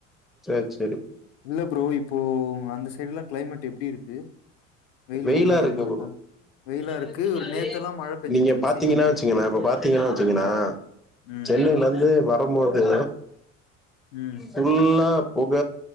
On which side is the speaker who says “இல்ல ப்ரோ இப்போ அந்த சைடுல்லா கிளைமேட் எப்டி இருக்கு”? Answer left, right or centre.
Left